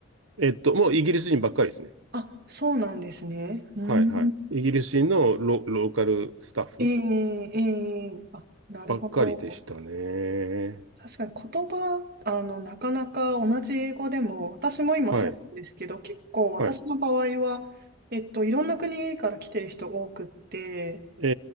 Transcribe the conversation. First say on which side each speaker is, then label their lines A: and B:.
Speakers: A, on the right (about 70°); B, on the right (about 45°).
A: えっと、もうイギリス人ばっかりですね。
B: あ、そうなんですね。うん、
A: はい、はい。イギリス人のロ、ローカルスタッフ
B: ええええあ、なるほど。
A: ばっかりでしたね。
B: 確かに言葉、あの、なかなか同じ英語でも、私も今そうなんですけど、
A: はい、
B: 結構私の場合は、
A: はい。
B: えっと、いろんな国から来てる人多くって、
A: え